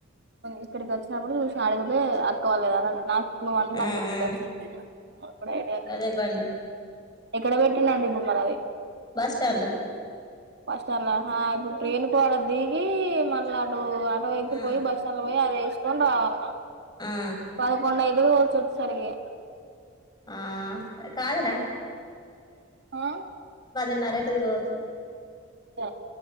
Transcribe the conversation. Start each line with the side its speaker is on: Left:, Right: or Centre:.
Right: ఇక్కడికి వచ్చినప్పుడు చూసినా అడిగుతే అక్క వాళ్లేదఅని నా నువ్వంటే నాకు
Left: ఆ
Right: గుర్తుకచ్చింది
Left: ఆ
Right: ఫ్రైడే అని
Left: గదే బండి
Right: ఎక్కడ పెట్టిండండి బొమ్మలు అవి
Left: బస్ స్టాండ్లా
Right: బస్టాండ్ల హ ఇప్పుడు ట్రైన్ కాడ ది గి మళ్ళ ఆటో వ ఎక్కి
Left: ఆ
Right: పోయి బస్ స్టాండ్ లో పోయి అవి కోన్ రావాల్నా
Left: ఆ
Right: పదకొండయి ఇద్దరు వచ్చసరికి
Left: ఆ కాదరా
Right: ఆ
Left: పదిన్నర అయితే దిగవచ్చు
Right: ఆ